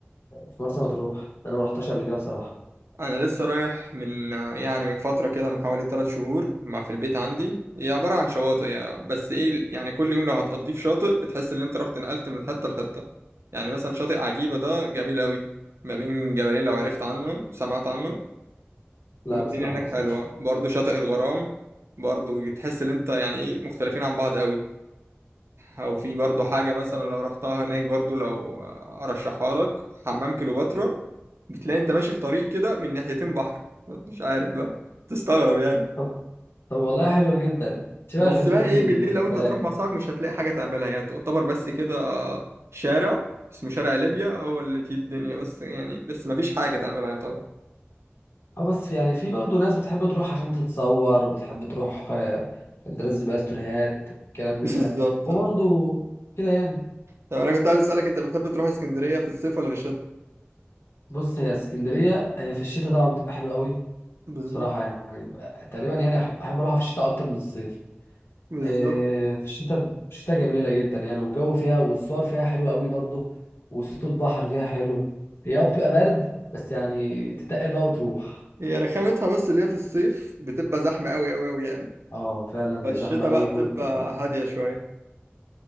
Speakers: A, on the left; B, on the right.
A: في مرسى مطروح ده انا ما رحتش قبل كده بصراحة
B: انا لسه رايح من يعني من فتره كده من حوالي 3 شهور مع في البيت عندي هي عباره عن شواطئ يعني بس ايه يعني كل يوم لو هتقضيه في شاطئ بتحس ان انت رحت نقلت من حته لحته يعني مثلا شاطئ عجيبه ده جميل قوي ما بين جبلين لو عرفت عنه سمعت عنه
A: لا
B: والدنيا
A: بصراحة
B: هناك
A: ما
B: حلوة
A: سمعتش عنه.
B: برضو شاطئ الغرام برضو تحس ان انت يعني ايه مختلفين عن بعض قوي او في برضو حاجة مثلا لو رحتها هناك برضو لو ارشحها لك حمام كليوباترا بتلاقي انت ماشي في طريق كده من ناحيتين بحر مش عارف بقى تستغرب يعني
A: طب طب والله حلو جدا شبه
B: بس
A: اللي بنشوفه
B: بقى ايه
A: في المسلسلات
B: بالليل لو انت هتروح مع صاحبك مش هتلاقي حاجة تعملها يعني تعتبر بس كده شارع اسمه شارع ليبيا هو اللي فيه الدنيا بس يعني بس مفيش حاجة تعملها يعني طبعا
A: اه بس في- يعني في برضه ناس بتحب تروح عشان تتصور وبتحب تروح آه، عشان تنزل بقى ستوريهات كلام من
B: <laughs> بالظبط
A: ده وبرضه
B: اه.
A: كده يعني
B: طب انا كنت عايز اسالك انت بتحب تروح اسكندريه في الصيف ولا في الشتاء
A: بص هي اسكندرية هي في الشتاء طبعا بتبقى حلوة قوي
B: بالظبط
A: بصراحة يعني ب- تقريبا يعني أحب أحب أروحها في الشتاء أكتر من الصيف
B: بالظبط
A: إيه، في الشتاء الشتاء جميلة جدا يعني والجو فيها والصور فيها حلوة قوي برضو وصوت البحر فيها حلو هي اه بتبقى برد بس يعني تتقل بقى وتروح
B: هي رخامتها بس اللي هي في الصيف بتبقى زحمة أوي أوي أوي يعني
A: اه فعلا
B: فالشتا
A: هي زحمة قوي
B: بقى بتبقى
A: قوي فعلا
B: هادية شوية